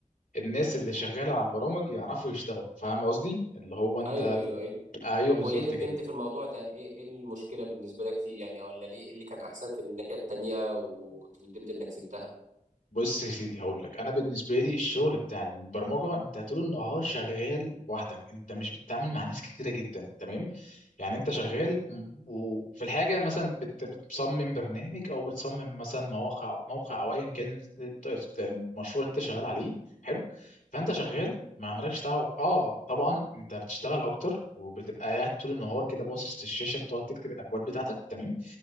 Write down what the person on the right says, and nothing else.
ايوه ايوه ايوه
طب
وليه ندمت
في الموضوع ده ايه ايه المشكله بالنسبه لك فيه يعني ولا ليه ايه اللي كان احسن في الناحيه التانية وكنت ندمت انك سبتها